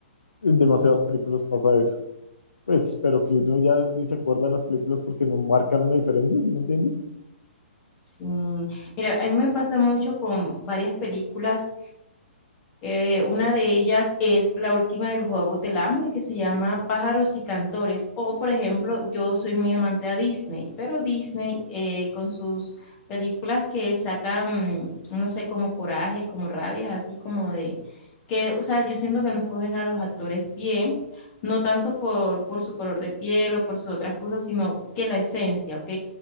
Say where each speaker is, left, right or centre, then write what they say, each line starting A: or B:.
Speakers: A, on the left; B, on the left.
A: en demasiadas películas pasa eso. Pues, pero que uno ya ni se acuerda de las películas porque no marcaron la diferencia, ¿sí me entiendes?
B: Sí. Mira, a mí me pasa mucho con varias películas Eh, una de ellas es la última del juego del hambre, que se llama Pájaros y Cantores. O, por ejemplo, yo soy muy amante a Disney, pero Disney eh, con sus películas que sacan, mm, no sé, como coraje, como rabia, así como de que, o sea, yo siento que nos cogen a los actores bien, no tanto por, por su color de piel o por sus otras cosas, sino que la esencia, ¿ok?